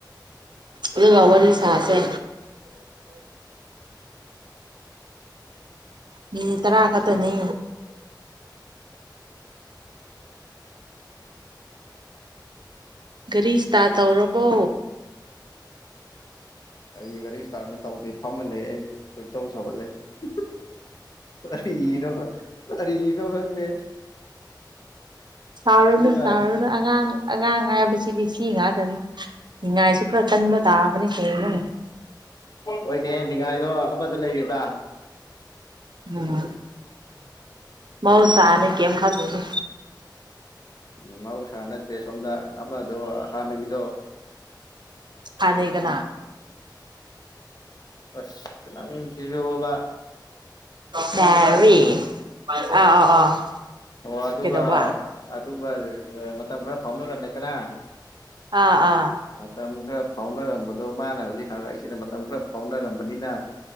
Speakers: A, on the right; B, on the left.
A: ꯑꯗꯨꯒ ꯋꯥꯔꯤ ꯁꯥꯥꯁꯦ ꯃꯤꯅꯤꯠ ꯇꯔꯥ ꯈꯛꯇꯅꯤ ꯘꯔꯤꯁꯇꯥ ꯇꯧꯔꯕꯣ
B: ꯑꯩꯒꯔꯤ ꯏꯁꯇꯥꯔꯠ ꯅꯠ ꯇꯧꯗꯦ ꯐꯝꯑ ꯂꯩ ꯑꯩ ꯈꯣꯏꯗꯧ ꯁꯧꯍꯠꯂꯦ ꯎꯝ ꯍꯨꯝ ꯍꯨꯝ ꯈꯣꯏꯗꯧ ꯁꯎꯒꯠꯂꯦ ꯀꯔꯤꯒꯤꯅꫭ ꯈꯪꯗꯦ
A: ꯁꯥꯎꯔꯨꯅꯨ
B: ꯏ ꯀꯥꯏ
A: ꯁꯥꯎꯔꯅꯨ ꯑꯉꯥꯡ ꯑꯉꯥꯡ ꯍꯥꯏꯕꯁꯤꯗꯤ ꯁꯤ ꯁꯤ ꯉꯥꯛꯇꯅꯤ ꯅꯤꯡꯉꯥꯏꯁꯨ ꯈꯔ ꯀꯟꯕ ꯇꯥꯥꯕꯅꯤ ꯀꯩꯅꯤ
B: ꯑꯣꯏꯗꯦ ꯅꯤꯡꯉꯥꯏꯗꯣ ꯑꯃꯗ ꯂꯩꯔꯤꯗ
A: ꯎꯝ <unintelligible> ꯃꯧꯍꯩꯁꯅꯤ ꯀꯦꯝ ꯈꯜꯂꯨꯅꯨ
B: ꯎꯝ ꯃꯥꯍꯧꯁꯥ ꯅꯠꯇ꯭ꯔꯦ ꯁꯣꯝꯗ ꯑꯃꯗꯣ ꯍꯥꯟꯅꯒꯤꯗꯣ
A: ꯍꯥꯟꯅꯩ ꯀꯅꯥ
B: ꯑꯁ ꯅꯪ ꯁꯤꯖꯨꯕꯥ
A: ꯄꯦꯔꯤ <unintelligible> ꯑꯥ ꯑꯥ ꯑꯥ
B: ꯑꯣ ꯑꯗꯨꯒ
A: ꯀꯩꯗꯧꯕ
B: ꯑꯗꯨꯒ ꯃꯇꯝ ꯈꯔ ꯐꯥꯎꯅꯔꯝꯃꯦꯗꯅ
A: ꯑꯥ ꯑꯥ
B: ꯃꯇꯝ ꯈꯔ ꯐꯥꯎꯅꯔꯝꯕꯗꯣ ꯃꯥꯅ ꯍꯧꯖꯤꯛ ꯍꯪꯉꯛꯏꯖꯦ ꯃꯇꯝ ꯈꯔ ꯐꯥꯎꯅꯔꯝꯕꯅꯤꯅ